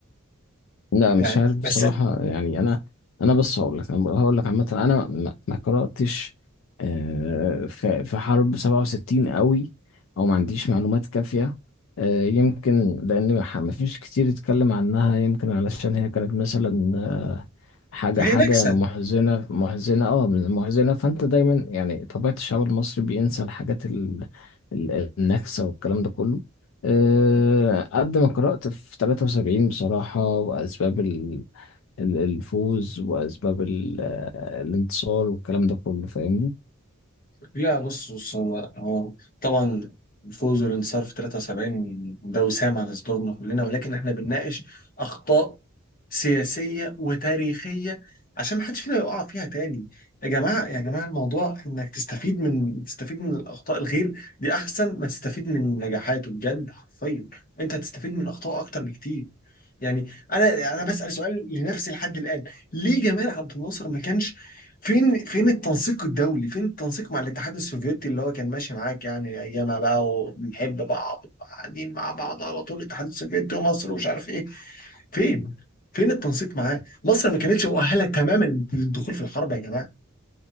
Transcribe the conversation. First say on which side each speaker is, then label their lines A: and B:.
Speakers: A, on the left (about 65°); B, on the left (about 40°).
A: لا مش
B: يعني
A: عارف
B: بس
A: بصراحة يعني أنا أنا بص هقول لك أنا هقول لك عامة أنا ما ما قرأتش آه، في في حرب 67 قوي أو ما عنديش معلومات كافية آه، يمكن لأن ما ح- ما فيش كتير اتكلم عنها يمكن علشان هي كانت مثلا آه، حاجة
B: فهي
A: حاجة
B: نكسه
A: محزنة محزنة أه محزنة فأنت دايما يعني طبيعة الشعب المصري بينسى الحاجات ال- ال- النكسة والكلام ده كله أه، قد ما قرأت في 73 بصراحة وأسباب ال- ال- الفوز وأسباب ال- آه، الانتصار والكلام ده كله فاهمني
B: لا بص بص هو هو طبعا الفوز والانتصار في 73 ده وسام على صدورنا كلنا ولكن احنا بنناقش اخطاء سياسيه وتاريخيه عشان ما حدش فينا يقع فيها تاني يا جماعه يا جماعه الموضوع انك تستفيد من تستفيد من الاخطاء الغير دي احسن ما تستفيد من نجاحاته بجد حرفيا انت هتستفيد من الاخطاء اكتر بكتير يعني انا انا بسال سؤال لنفسي لحد الان ليه جمال عبد الناصر ما كانش فين فين التنسيق الدولي فين التنسيق مع الاتحاد السوفيتي اللي هو كان ماشي معاك يعني ايامها بقى وبنحب بعض قاعدين مع بعض على طول الاتحاد السوفيتي ومصر ومش عارف ايه فين فين التنسيق معاه مصر ما كانتش مؤهله تماما للدخول في الحرب يا جماعه